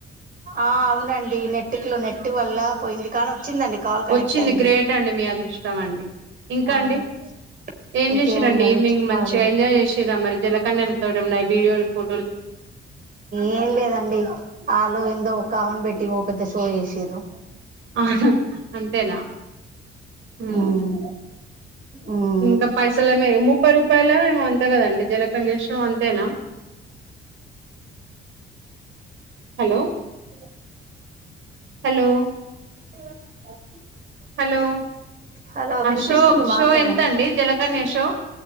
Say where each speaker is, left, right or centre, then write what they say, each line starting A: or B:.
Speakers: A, on the right; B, on the right.
A: ఆ అవునండి నెట్టుకులు నెట్ వల్ల పోయింది కానీ వచ్చిందండి కాల్ కనెక్ట్
B: వచ్చింది
A: అయింది
B: గ్రేట్ అండి మీ అదృష్టం అండి ఇంకండి
A: అవునండి
B: ఏం
A: ఇంకేముందండి
B: చేసిరండి ఈవినింగ్
A: చెప్పాలి
B: మంచిగా ఎంజాయ్ చేసిరా మరి జలకన్యలు తోటి ఉన్నాయి వీడియోలు ఫో
A: ఏం లేదండి వాళ్ళు ఎందో ఒకమెను పెట్టి ఓ పెద్ద షో చేసిరు
B: ఆ అంతేనా హ్మ్
A: ఉమ్ ఉమ్
B: ఇంకా పైసలు ఏమ ముప్పై రూపాయలో ఏమో అంతే కదండి జలకన్య షో అంతేనా హలో
A: ఎ
B: హలో
A: అ
B: హలో
A: హలో వినిపిస్తుంది
B: షో
A: మాట్లాడండి
B: షో ఎంతండి జలకన్య షో